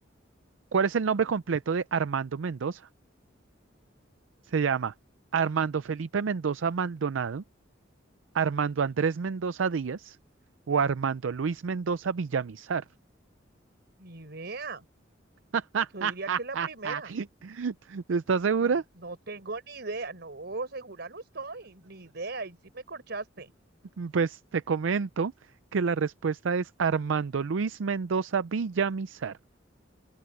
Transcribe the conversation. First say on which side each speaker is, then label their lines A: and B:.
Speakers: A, on the right (about 80°); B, on the right (about 60°).
A: ¿cuál es el nombre completo de Armando Mendoza? Se llama Armando Felipe Mendoza Maldonado, Armando
B: Ujú.
A: Andrés Mendoza Díaz o Armando Luis Mendoza Villamizar.
B: Ni idea.
A: <laughs>
B: Yo diría que es la primera.
A: ¿Estás segura?
B: Me- no tengo ni idea. No, segura no estoy. Ni idea. Y sí me corchaste.
A: mm, Pues te comento que la respuesta es Armando Luis Mendoza Villamizar.